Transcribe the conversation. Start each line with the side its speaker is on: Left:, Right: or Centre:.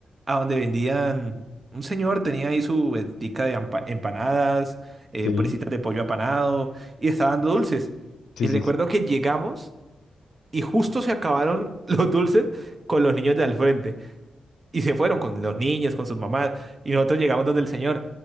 Right: a donde vendían, un señor tenía ahí su ventica de ampa- empanadas, eh,
Left: Sí,
Right: presitas de pollo apanado, y estaban dando dulces.
Left: sí,
Right: Y
Left: sí,
Right: recuerdo
Left: sí.
Right: que llegamos y justo se acabaron <laughs> los dulces con los niños de al frente. Y se fueron con los niños, con sus mamás. Y nosotros llegamos donde el señor,